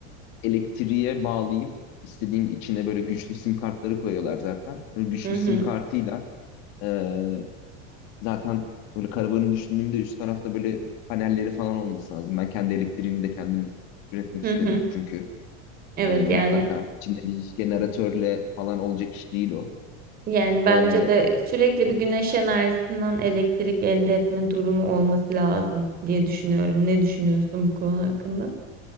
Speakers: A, on the left; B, on the right.
A: elektriğe bağlayıp istediğin içine böyle güçlü sim kartları koyuyorlar zaten. Böyle güçlü
B: Hı hı.
A: sim kartıyla e, zaten böyle karavanı düşündüğümde üst tarafta böyle panelleri falan olması lazım. Ben kendi elektriğimi de kendim üretmek
B: Hı
A: isterim
B: hı.
A: çünkü
B: Evet
A: e, mutlaka
B: yani
A: içinde bir jeneratörle falan olacak iş değil o.
B: yani bence
A: E,
B: de
A: o-
B: sürekli bir güneş enerjisinden elektrik elde etme durumu olması lazım diye düşünüyorum. Ne düşünüyorsun bu konu hakkında?